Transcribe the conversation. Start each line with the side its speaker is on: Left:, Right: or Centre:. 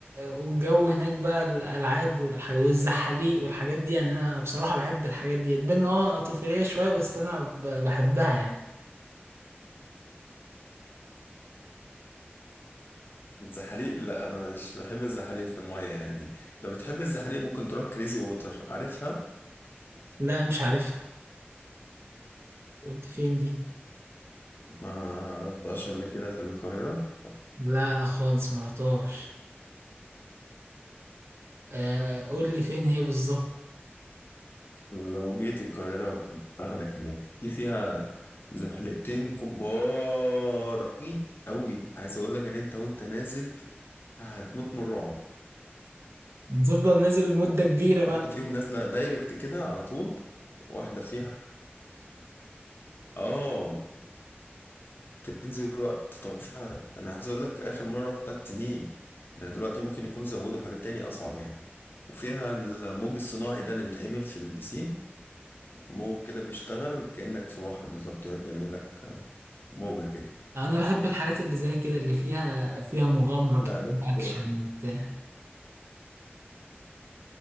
Right: والجو هناك بقى الالعاب والح... والزحاليق والحاجات دي يعني انا بصراحة بحب الحاجات دي تبان إن اه طفولية شوية بس انا ب... بحبها يعني
Left: الزحاليق لا انا مش بحب الزحاليق في الميه يعني لو بتحب الزحاليق ممكن تروح كريزي ووتر عارفها
Right: لا مش عارفها قلت فين دي
Left: ما رحتهاش قبل كده في القاهرة
Right: لا خالص مرحتهاش آه قول لي فين هي بالظبط
Left: لو جيت القاهرة باخدك هناك في فيها زحلقتين كبار أوي أوي عايز أقول لك إن أنت وأنت نازل هتموت من الرعب
Right: بتفضل نازل مدة كبيرة
Left: واحدة
Right: بقى
Left: فيهم نازلة دايركت كده على طول واحدة فيها آه بتنزل وقت طويل فعلا أنا عايز أقول لك آخر مرة رحتها سنين ده دلوقتي ممكن يكونوا زودوا حاجات تانية أصعب يعني وفيها الموج الصناعي ده اللي بيتعمل في البسين موج كده بيشتغل كأنك في بحر بالظبط يقعد يعمل لك موجة كده
Right: انا بحب الحاجات اللي زي كده اللي فيها فيها مغامرة
Left: لا
Right: كده
Left: لا
Right: واكشن
Left: بسرعة.
Right: وبتاع